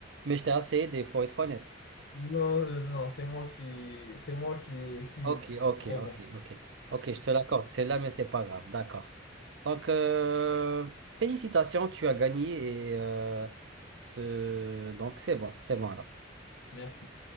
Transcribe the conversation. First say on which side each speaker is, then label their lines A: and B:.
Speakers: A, on the right; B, on the left.
A: Mais je t'ai assez aidé, il faut être honnête.
B: Non, euh, non, c'est moi qui, c'est moi qui suis
A: Ok, ok,
B: trop
A: ok,
B: bon.
A: ok. Ok, je te l'accorde, c'est là, mais c'est pas grave, d'accord. Donc, euh, félicitations, tu as gagné et euh, ce... donc c'est bon, c'est bon alors.
B: Merci.